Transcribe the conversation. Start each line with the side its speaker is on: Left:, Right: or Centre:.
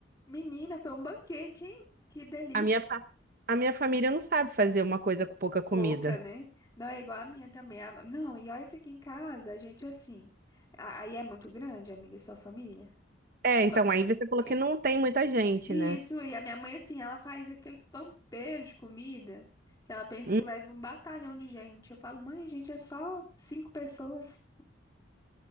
Left: menina, foi um banquete, hein? Que delícia.
Right: A minha, fa- a minha família não sabe fazer uma coisa com pouca comida.
Left: Pouca, né? Não é igual a minha também. A- Não, e olha que aqui em casa a gente assim. a- Aí é muito grande, amiga, sua família.
Right: É, então
Left: Qua-
Right: aí você falou
Left: e-
Right: que não tem muita gente,
Left: Isso,
Right: né?
Left: e a minha mãe assim, ela faz aquele pampeiro de comida que ela pensa
Right: Hum,
Left: que vai vir um batalhão de gente. Eu falo, mãe, a gente é só cinco pessoas.